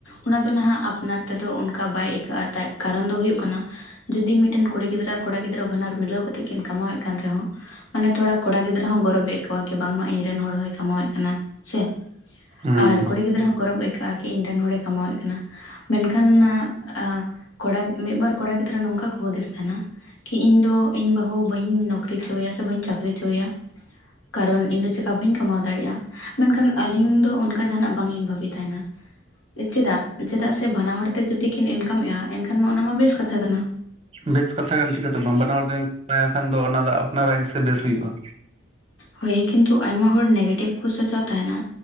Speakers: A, on the left; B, on the right.
A: ᱚᱱᱟ ᱫᱚ ᱱᱟᱦᱟᱜ ᱟᱯᱱᱟᱨ ᱛᱮᱫᱚ ᱚᱱᱠᱟ ᱵᱟᱭ ᱟᱹᱭᱠᱟᱹᱜᱼᱟ ᱛᱟᱡ᱾ ᱠᱟᱨᱚᱱ ᱫᱚ ᱦᱩᱭᱩᱜ ᱠᱟᱱᱟ ᱡᱩᱫᱤ ᱢᱤᱫᱴᱮᱱ ᱠᱩᱲᱤ ᱜᱤᱫᱽᱨᱟᱹ ᱟᱨ ᱠᱚᱲᱟ ᱜᱤᱫᱽᱨᱟᱹ ᱵᱟᱱᱟ ᱦᱚᱲ ᱢᱤᱞᱟᱹᱣ ᱠᱟᱛᱮᱜ ᱠᱤᱱ ᱠᱟᱢᱟᱣᱮᱫ ᱠᱟᱱ ᱨᱮᱦᱚᱸ᱾ ᱢᱟᱱᱮ ᱛᱷᱚᱲᱟ ᱠᱚᱲᱟ ᱜᱤᱫᱽᱨᱟᱹ ᱦᱚᱸ ᱜᱚᱨᱚᱵᱽᱮ ᱟᱹᱭ ᱠᱟᱹᱣᱟ ᱠᱤ ᱵᱟᱝᱢᱟ ᱤᱧ ᱨᱮᱱ ᱦᱚᱲ ᱦᱚᱸᱭ ᱠᱟᱢᱟᱣᱮᱫ ᱠᱟᱱᱟ ᱥᱮ᱾
B: ᱦᱩᱸ
A: ᱟᱨ ᱠᱩᱲᱤ ᱜᱤᱫᱽᱨᱟᱹ ᱦᱚᱸ ᱜᱚᱨᱚᱵᱽ ᱟᱹᱭᱠᱟᱹᱜᱼᱟ ᱠᱤ ᱤᱧ ᱨᱮᱱ ᱦᱚᱲᱮ ᱠᱟᱢᱟᱣᱮᱫ ᱠᱟᱱᱟ᱾ ᱢᱮᱱᱠᱷᱟᱱ ᱱᱟᱜ ᱟᱸ ᱠᱚᱲᱟ ᱢᱤᱫᱵᱟᱨ ᱠᱚᱲᱟ ᱜᱤᱫᱽᱨᱟᱹ ᱱᱚᱝᱠᱟ ᱠᱚ ᱦᱩᱫᱤᱥ ᱛᱟᱦᱮᱱᱟ᱾ ᱠᱤ ᱤᱧ ᱫᱚ ᱤᱧ ᱵᱟᱹᱦᱩ ᱵᱟᱹᱧ ᱱᱚᱠᱨᱤᱪᱚᱭᱟᱭᱟ ᱥᱮ ᱵᱟᱹᱧ ᱪᱟᱠᱨᱤ ᱦᱚᱪᱚ ᱟᱭᱟᱭᱟ᱾ ᱠᱟᱨᱚᱱ ᱤᱧ ᱫᱚ ᱪᱮᱠᱟ ᱵᱟᱹᱧ ᱠᱟᱢᱟᱣ ᱫᱟᱲᱮᱭᱟᱜᱼᱟ᱾ ᱢᱮᱱᱠᱷᱟᱱ ᱟᱹᱞᱤᱧ ᱫᱚ ᱚᱱᱠᱟ ᱡᱟᱦᱟᱱᱟᱜ ᱵᱟᱝᱞᱤᱧ ᱵᱷᱟᱹᱵᱤ ᱛᱟᱦᱮᱸᱱᱟ᱾ ᱪᱮᱫᱟᱜ ᱪᱮᱫᱟᱜ ᱥᱮ ᱵᱟᱱᱟ ᱦᱚᱲᱛᱮ ᱡᱩᱚᱫᱤ ᱠᱤᱱ ᱤᱱᱠᱟᱢᱮᱫᱼᱟ ᱮᱱᱠᱷᱟᱱ ᱢᱟ ᱚᱱᱟᱢᱟ ᱵᱮᱥ ᱠᱟᱛᱷᱟ ᱠᱟᱱᱟ᱾
B: ᱵᱮᱥ ᱠᱟᱛᱷᱟ ᱠᱟᱱ ᱪᱤᱠᱟᱹᱛᱮ ᱵᱟᱝ ᱵᱟᱱᱟ ᱦᱚᱲ ᱨᱮᱱ ᱠᱷᱟᱱ ᱫᱚ ᱚᱱᱟ ᱫᱚ ᱟᱯᱱᱟᱨᱟᱜ ᱜᱮᱥᱮ ᱵᱮᱥ ᱦᱩᱭᱩᱜᱼᱟ᱾
A: ᱦᱳᱭ ᱠᱤᱱᱛᱩ ᱟᱭᱢᱟ ᱦᱚᱲ ᱱᱮᱜᱮᱴᱤᱵᱷ ᱠᱚ ᱥᱚᱪᱟᱣ ᱛᱟᱦᱮᱱᱟ